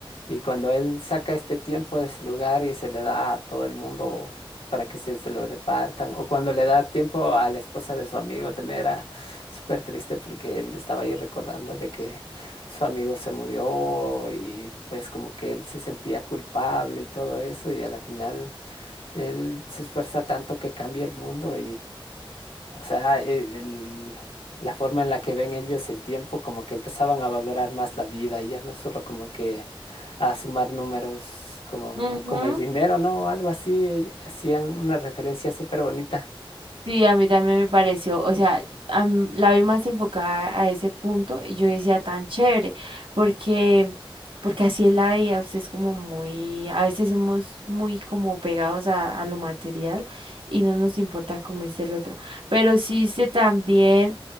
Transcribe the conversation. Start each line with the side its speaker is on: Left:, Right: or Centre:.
Left: Y cuando él saca este tiempo de ese lugar y se le da a todo el mundo para que se, se lo repartan, o cuando le da tiempo a la esposa de su amigo, también era súper triste porque él estaba ahí recordándole que su amigo se murió y pues como que él se sentía culpable y todo eso, y a la final él se esfuerza tanto que cambia el mundo o sea, e- el- la forma en la que ven ellos el tiempo, como que empezaban a valorar más la vida y ya no solo como que a sumar números como,
Right: Ujú.
Left: como el dinero, ¿no? O algo así, eh, hacían una referencia súper bonita.
Right: Sí, a mí también me pareció, o sea, a m- la vi más enfocada a ese punto y yo decía tan chévere, porque, porque así es la vida, usted es como muy, a veces somos muy como pegados a, a lo material y no nos importa cómo es el otro, pero sí sé también,